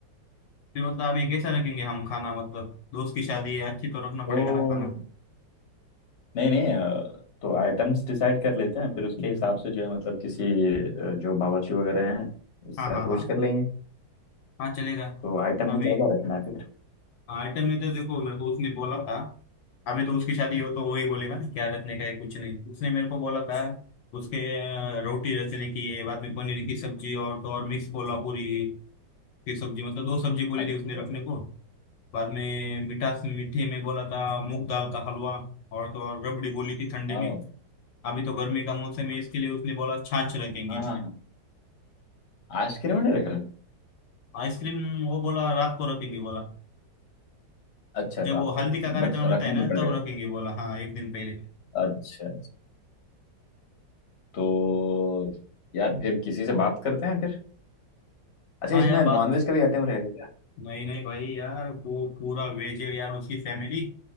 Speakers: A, on the left; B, on the left.
A: फिर मतलब अभी कैसा रखेंगे हम खाना मतलब दोस्त की शादी है अच्छी तो रखना
B: तो
A: पड़ेगा ना खाना
B: नहीं नहीं अ, तो आइटम्स डिसाइड कर लेते हैं फिर उसके हिसाब से जो है मतलब किसी अ, जो बावर्ची वगैरह हैं उससे
A: हाँ हाँ
B: अप्रोच
A: हाँ
B: कर लेंगे
A: हाँ चलेगा
B: तो आइटम में
A: अभी
B: क्या क्या रखना है फिर
A: आइटम में तो देखो मेरे को उसने बोला था अभी तो उसकी शादी हो तो वही बोलेगा ना क्या रखने का है कुछ नहीं उसने मेरे को बोला था उसके अ, रोटी रखने की है बाद में पनीर की सब्जी और तो और मिक्स कोल्हापुरी की सब्जी मतलब दो सब्जी बोली
B: अच्छा
A: थी उसने रखने को बाद में मिठास मीठे में बोला था मूंग दाल का हलवा और तो और रबड़ी बोली थी ठंडे
B: हाँ
A: में अभी तो गर्मी का मौसम है इसके लिए उसने बोला छाछ रखेंगे
B: हाँ हाँ हाँ आइसक्रीम नहीं रख रहे हैं?
A: आइसक्रीम वो बोला रात को रखेंगे बोला
B: अच्छा
A: जब
B: रात
A: वो
B: को
A: हल्दी
B: रखेंगे
A: का कार्यक्रम
B: बट
A: रहता
B: रखना
A: है ना
B: तो पड़ेगा
A: तब रखेंगे बोला हाँ एक दिन पहले
B: अच्छा तो यार फिर किसी से बात करते हैं फिर अच्छा
A: हाँ
B: इसमें
A: यार बात
B: नॉनवेज का भी आइटम रहेगा क्या
A: नहीं नहीं भाई यार वो पूरा वेज है यार उसकी फैमिली